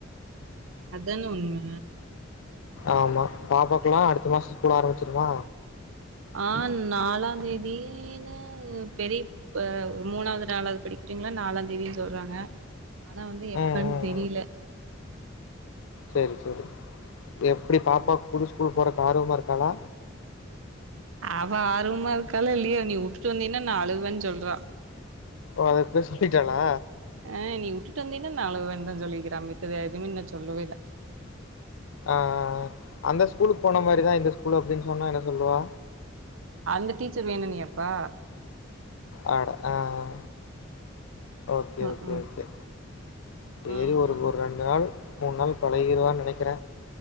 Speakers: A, on the right; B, on the left.
A: அத்தான உண்மை
B: ஆமா பாப்பாக்கெல்லா அடுத்த மாசோ ஸ்கூல் ஆரம்பிச்சிருமா
A: ஆ நாலாந் தேதியின்னு பெரிட் மூனாவது நாலாவது படிக்கிறீவங்கெல்லா நாலாந் தேதினு சொல்றாங்க ஆனா வந்து எப்பன்னு
B: ம் ம்
A: தெரியில
B: சேரி சேரி எப்டி பாப்பா புது ஸ்கூலுக்கு போறக்கு ஆர்வமா இருக்காளா
A: அவ ஆர்வமா இருக்காலோ இல்லையோ நீ உட்டுட்டு வந்தீன்னா நா அழுவேன்னு சொல்றா
B: ஓ அத இப்பவே சொல்லிட்டாளா
A: அ நீ உட்டுட்டு வந்தீன்னா நா அழுவேனுதா சொல்லிகிறா மித்த எதுவுமே இன்னம் சொல்லவே இல்ல
B: ஆ ஆ ஆ அந்த ஸ்கூலுக்கு போன மாறிறா இந்த ஸ்கூலும் அப்டின்னு சொன்னா என்ன சொல்லுவா
A: அந்த டீச்சர் வேணுன்னு கேப்பா
B: அட ஆ ஆ ஓத்கே
A: ம்
B: ஓக்கே
A: ம்
B: ஓக்கே சேரி
A: ம்
B: ஒரு ஒரு ரெண் டு நாள் மூன் நாள் பழகிருவான்னு நெனைக்கிற